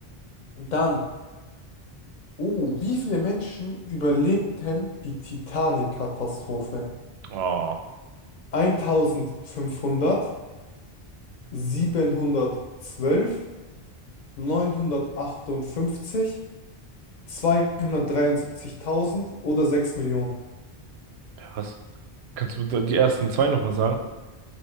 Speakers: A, on the left (about 50°); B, on the right (about 85°).
A: Und dann. Oh, wie viele Menschen überlebten die Titanic-Katastrophe?
B: Oh,
A: 1500, 712, 958, 273.000 oder 6 Millionen?
B: ja, was? Kannst du die ersten zwei nochmal sagen?